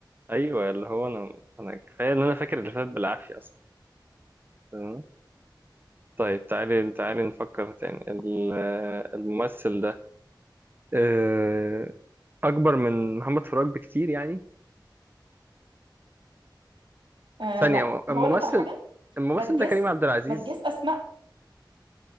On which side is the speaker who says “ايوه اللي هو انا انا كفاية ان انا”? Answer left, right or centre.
Right